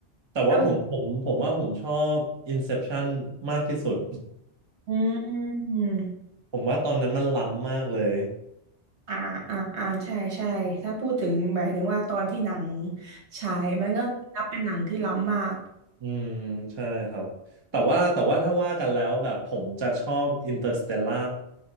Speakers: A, on the right; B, on the right.
A: แต่ว่าผมผมผมว่าผมชอบ
B: แล้ว
A: Inception มากที่สุด
B: อืม
A: <laughs> ผมว่าตอนนั้นมันล้ำมากเลย
B: อ่าอ่าอ่าใช่ใช่ถ้าพูดถึงหมายถึงว่าตอนที่หนังฉายมันก็นับเป็นหนังที่ล้ำมาก
A: อืมใช่ครับแต่ว่าแต่ว่าถ้าว่ากันแล้วแบบผมจะชอบอินเตอร์สเตลล่า